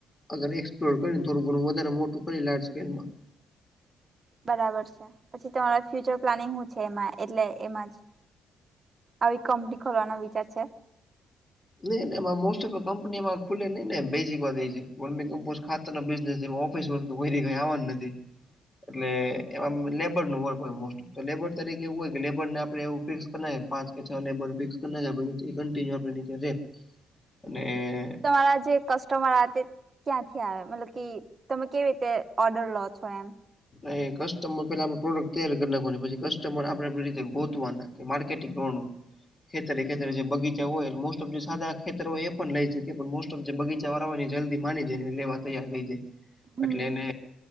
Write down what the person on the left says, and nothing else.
અગર એક્સપ્લોર કરીને થોડું ઘણું વધારે મોટું કરી લાર્જ સ્કેલમાં
નહીં ને એમાં મોસ્ટ ઓફ કંપની એમાં ખુલે નઈ ને બેઝિક વાત એ છે વર્મી કેમ્પોસ ખાત તરના બિઝનેસ એમાં ઓફિસ વર્ક તો કોઈ દી કાઈ આવવાના નથી. એટલે
એમાં લેબરનું વર્ક હોય મોસ્ટ તો લેબર તરીકે એવું હોય કે લેબરને આપડે એવું ફિક્સ કર નાયખા કે પાંચ કે છ લેબર ફિક્સ કર નાયખા પછી કન્ટિન્યુ આપણને એટલે અને
એ કસ્ટમર પેલા આપણે પ્રોડક્ટ તૈયારી કરી નાખવાની. પછી કસ્ટમર
આપણે આપણી રીતે ગોતવાના. માર્કેટિંગ કરવાનું. ખેતરે
ખેતરે જે બગીચા હોય એટલે મોસ્ટ ઓફ સારા ખેતર હોય એ પણ લઈ શકે પણ મોસ્ટ ઓફ જે બગીચાવાળા હો ને જલ્દી માની જાયને લેવા તૈયાર થઈ જાય.
એટલે એને